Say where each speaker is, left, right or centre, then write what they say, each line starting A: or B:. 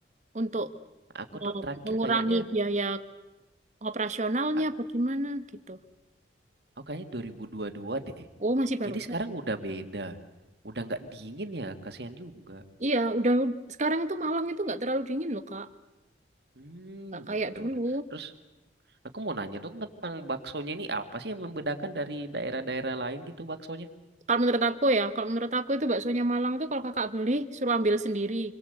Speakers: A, on the right; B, on the right.
A: untuk
B: Aku
A: eh,
B: tuh terakhir
A: mengurangi
B: kayaknya
A: biaya operasionalnya
B: a-
A: apa gimana gitu.
B: aku kayaknya 2022 deh.
A: Oh, masih barusan.
B: Jadi sekarang udah beda. Udah nggak dingin ya, kasihan juga.
A: Iya, udah sekarang itu Malang itu nggak terlalu dingin loh Kak.
B: Hmm,
A: Nggak kayak
B: gitu.
A: dulu.
B: Terus aku mau nanya dong tentang baksonya ini apa sih yang membedakan dari daerah-daerah lain gitu baksonya?
A: Kalau menurut aku ya, kalau menurut aku itu baksonya Malang tuh kalau kakak beli suruh ambil sendiri.